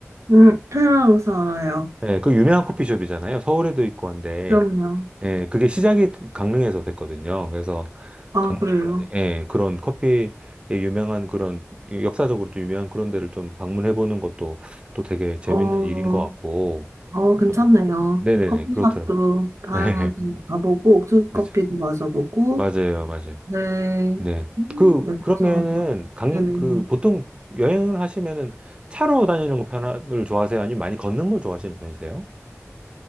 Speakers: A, on the right; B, on the right.
A: 음, 페라로서 알아요.
B: 예, 그 유명한 커피숍이잖아요. 서울에도 있고 한데.
A: 그럼요.
B: 예, 그게 시작이 강릉에서 됐거든요. 그래서
A: 아,
B: 강릉에서
A: 그래요.
B: 이제 예, 그런 커피에 유명한 그런 역사적으로 좀 유명한 그런 데를 좀 방문해 보는 것도 또 되게 재밌는
A: 어,
B: 일인 것 같고.
A: 어, 괜찮네요.
B: 좀- 네네네,
A: 커피숍도
B: 그렇더라고요.
A: 다양하게
B: 네, <laughs>
A: 가보고, 옥수수
B: 그렇죠.
A: 커피도 마셔보고,
B: 맞아요, 맞아요.
A: 네.
B: 네.
A: 음,
B: 그,
A: 네,
B: 그러면은
A: 괜찮아요.
B: 강,
A: 네네.
B: 그 보통 여행을 하시면은 차로 다니는 거 편을 좋아하세요? 아니면 많이 걷는 걸 좋아하시는 편이세요?